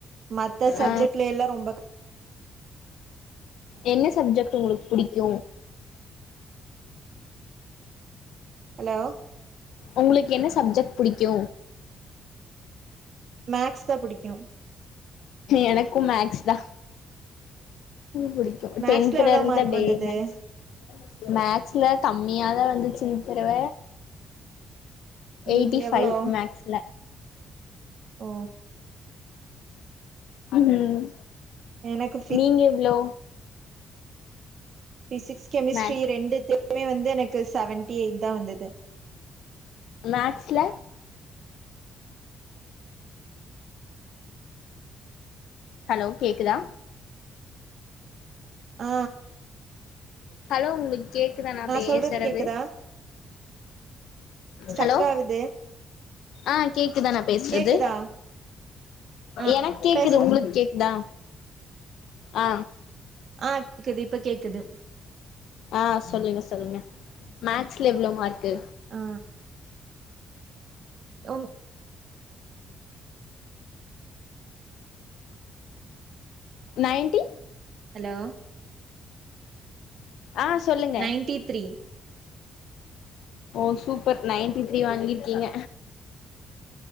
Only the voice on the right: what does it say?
மத்த சப்ஜெட்லிலா
ரொம்ப ரொம்ப
ஹலோ
மேக்ஸ் தா புடிக்கு
மேக்ஸ்ல
எவ்ளோ
மார்க்
வந்தது
ம்
எவ்ளோ
ஓ
எனக்கு ஃபி
பிசிக்ஸ் கெமிஸ்ட்ரி
ரெண்டுத்துக்குமே வந்து எனக்கு செவன்டி எயிட்தா வந்துது
ஆ
சொல்றது கேக்குதா ஸ்டக்
ஆகுது
கேக்குதா ஆ
பேசுறீங்களா
ஆ குது இப்ப கேக்குது
ஆ உங்
ஹலோ
நைன்டி த்ரீ